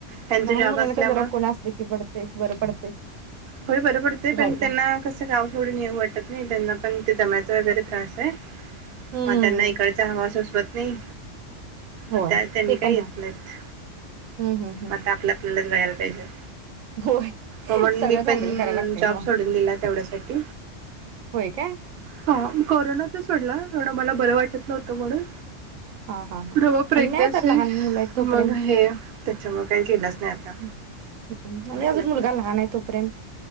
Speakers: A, on the right (about 60°); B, on the right (about 85°).
A: ह्यांचा
B: लहान
A: जॉब
B: मुलांना
A: असल्यामुळ
B: का जरा कोण असलं की पडते बरं पडते
A: होय. बरं पडतय
B: घ्यायला
A: पण त्यांना कसं गाव सोडून येऊ वाटत नाय, त्यांना पण ते दम्याचा वगैरे त्रास आहे
B: हम्म
A: मग त्यांना इकडचा हवा सोसवत नाही मग
B: होय
A: त्या त्यांनी
B: ते
A: काही
B: पण
A: येत
B: आहे
A: नाहीत.
B: हं, हं, हं.
A: मग आता आपल्या आपल्यालाच बगायला पाहिजे
B: होय.
A: म्हणून
B: सगळंच
A: मी पण
B: हँडल करायला लागतंय
A: जॉब
B: मग.
A: सोडून दिला तेवढ्यासाठ
B: होय काय?
A: ह कोरोनातच सोडला एवढं मला बरं वाटत नव्हतं म्हणून
B: हां, हां, हां.
A: पुन्हा मग प्रेग्नंसी,
B: आणि नाही आता लहान मुलं आहेत
A: मग
B: तोपर्यंत
A: हे त्याच्यामुळ काय केलंच नाही आता
B: हं, हं. आणि
A: म्हंटल
B: अजून
A: आता,
B: मुलगा लहान आहे तोपर्यंत